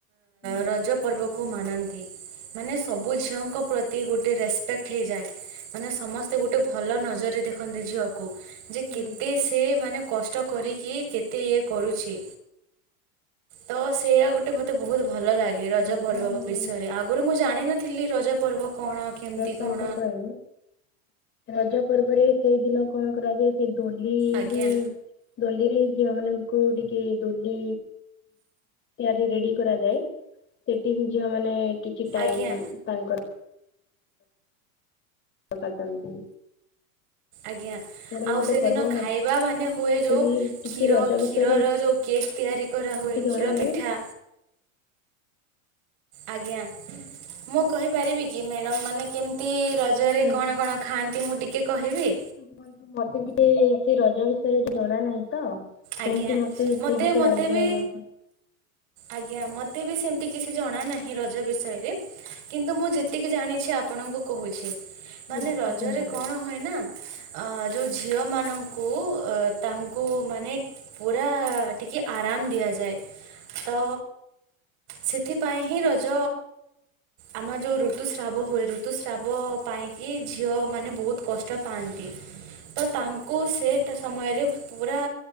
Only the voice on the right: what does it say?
ରଜ ପର୍ବକୁ ମାନନ୍ତି ମାନେ ସବୁ ଝିଅଙ୍କ ପ୍ରତି ଗୋଟେ ରେସ୍ପ ହେଇଯାଏ ମାନେ ସମସ୍ତେ ଗୋଟେ ଭଲ ନଜରରେ ଦେଖନ୍ତି ଝିଅକୁ ଯେ କେତେ
ସେ ମାନେ କଷ୍ଟ କରିକି କେତେ ଇଏ କରୁଛି ତ ସେଇଆ ଗୋଟେ ମତେ ବହୁତ ଭଲ ଲାଗେ ରଜ
ପର୍ବ ବିଷୟରେ ଆଗରୁ ମୁଁ ଜାଣି ଜଣ ନଥିଲି ରଜ ପର୍ବ କଣ କେମିତି
କଣ
ଆଜ୍ଞା
ଆଜ୍ଞା
ଆଜ୍ଞା
ଆଉ
ସେଦିନ
ଖାଇବା
ମାନେ ହୁଏ ଯେଉଁ
କ୍ଷୀର
କ୍ଷୀରର
ଯେଉଁ କେକ୍ ତିଆରି କରାହୁଏ
କ୍ଷୀର ପିଠା
ଆଜ୍ଞା ମୁଁ କହିପାରିବି କି ମ୍ୟାଡ଼ମ୍ ମାନେ କେମତି ରଜରେ
କଣ କଣ ଖାଆନ୍ତି ମୁଁ ଟିକିଏ କହିବି?
ଆଜ୍ଞା
ମୋତେ
ମୋତେ
ବି
ଆଜ୍ଞା ମତେ ବି ସେମତି କିଛି ଜଣା ନାହିଁ ରଜ ବିଷୟରେ କିନ୍ତୁ ମୁଁ ଯେତିକି ଜାଣିଛି ଆପଣଙ୍କୁ କହୁଛି ମାନେ
ରଜରେ
କଣ ହୁଏ ନା ଅ ଯୋଉ ଝିଅ ମାନଙ୍କୁ ଅ ତାଙ୍କୁ ମାନେ ପୁରା ଟିକେ ଆରାମ ଦିଆଯାଏ ତ ସେଥିପାଇଁ ହିଁ ରଜ ଆମ ଯୋଉ ଋତୁସ୍ରାବ ହୁଏ ଋତୁ ଋତୁସ୍ରାବ ପାଇଁକି ଝିଅମାନେ ବହୁତ କଷ୍ଟ ପାଆନ୍ତି ତ ତାଙ୍କ କୁ ସେଇଟା ସମୟରେ ପୁରା